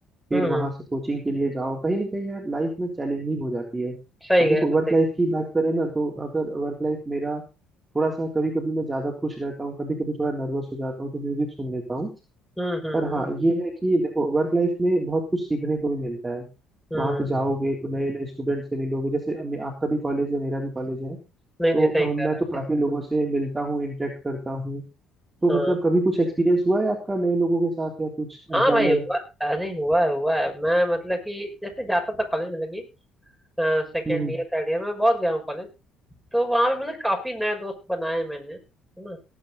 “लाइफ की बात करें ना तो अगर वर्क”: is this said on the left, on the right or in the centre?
Right